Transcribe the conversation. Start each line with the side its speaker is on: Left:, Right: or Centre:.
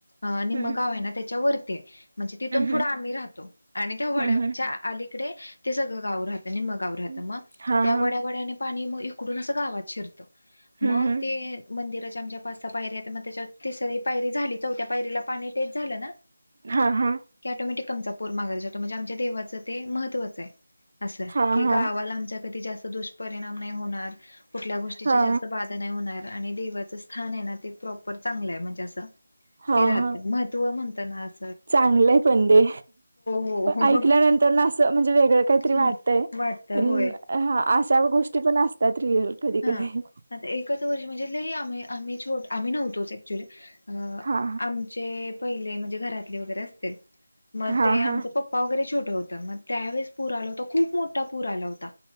Left: अ निम्म
Right: हम्म
Left: गाव आहे ना त्याच्या वर म्हणजे तिथून पुढं
Right: हम्म
Left: आम्ही राहतो आणि त्या वड्याच्या
Right: हम्म हम्म
Left: अलीकडे ते सगळं गाव राहत. निम्म गाव
Right: हम्म
Left: राहत मग,
Right: हा
Left: त्या
Right: हा
Left: वड्या-वड्याने पाणी मग इकडून अस गावात शिरत. मग
Right: हम्म हम्म
Left: ते मंदिराच्या आमच्या पाच सहा पायऱ्या आहेत, मग त्याच्या तिसरी पायरी झाली. चौथ्या पायरीला पाणी टेक झालं ना
Right: हा हा.
Left: की ऍटोमेटिक आमचा पुर माघारी जातो म्हणजे आम ते देवाचं ते महत्वचं आहे. असं
Right: हा
Left: की
Right: हा
Left: गावाला आमच्या कधी जास्त दोष परिणाम नाही होणार, कुठल्या गोष्टीच
Right: हा
Left: जास्त बाद नाही होणार आणि देवाच स्थान आहे ना ते प्रॉपर चांगलं आहे म्हणजे असं
Right: हा
Left: हे राहत.
Right: हा
Left: महत्त्व म्हणत ना आस
Right: चांगलंय पण ते
Left: हो
Right: ऐकल्यानंतर
Left: हो
Right: ना असं म्हणजे वेगळं काहीतरी
Left: छान
Right: वाटतंय.
Left: वाटतं
Right: पण
Left: होय
Right: अ हा अशा गोष्टी पण असतात रियल कधी
Left: हा.
Right: कधी.
Left: आता एकच वर्षी म्हणजे लई आम्ही आम्ही छोट आम्ही नव्हतोच ऍक्च्युली. अ
Right: हा
Left: आमचे पहिले म्हणजे घरातले वगैरे असतील. मग
Right: हा
Left: ते आमचं
Right: हा
Left: पप्पा वगैरे छोटं होतं, मग त्यावेळेस पूर आला होता. खूप मोठा पूर आला होता.